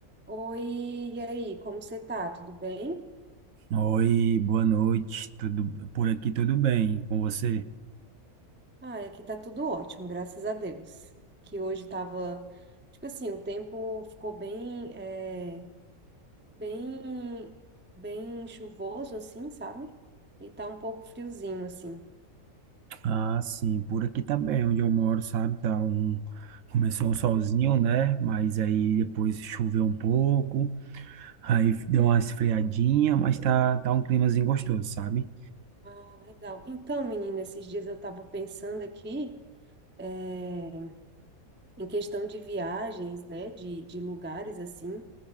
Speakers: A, on the right (about 15°); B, on the right (about 70°).
A: Oi, e aí, como você tá? Tudo bem?
B: Oi, boa noite. Tudo por aqui tudo bem com você?
A: Ah, aqui tá tudo ótimo, graças a Deus. Que hoje tava, tipo assim, o tempo ficou bem, é, bem, bem chuvoso, assim, sabe? E tá um pouco friozinho, assim.
B: Ah, sim, por aqui tá bem, onde eu moro, sabe? Tá um começou um solzinho,
A: Uhum.
B: né? Mas aí depois choveu um pouco, <laughs> aí deu uma esfriadinha, mas tá tá um climazinho gostoso, sabe?
A: Ah, legal. Então, menina, esses dias eu tava pensando aqui, é, em questão de viagens, né, de, de lugares, assim.